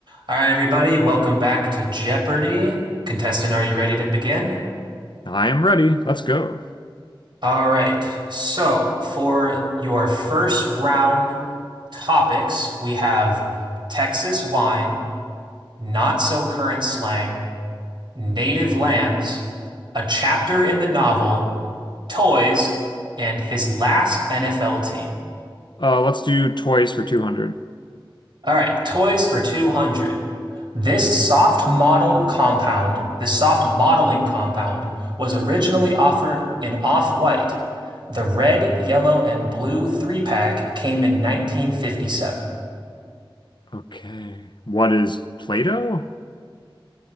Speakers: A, on the right; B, on the left.
A: All right, everybody, welcome back to Jeopardy! Contestant, are you ready to begin?
B: I am ready. Let's go.
A: All right, so for your first round topics, we have Texas wine, not so current slang, native lands, a chapter in the novel, toys, and his last NFL team.
B: Uh, let's do toys for 200.
A: All right, toys for 200. This soft model compound, this soft modeling compound, was originally offered in off-white. The red, yellow, and blue three-pack came in 1957.
B: Okay. What is Play-Doh?